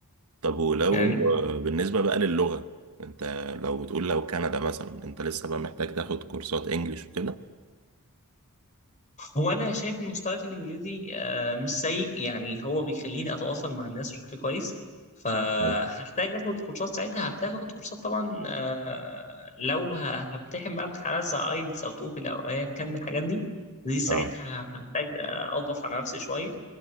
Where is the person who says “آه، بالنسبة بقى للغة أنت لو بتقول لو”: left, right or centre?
Right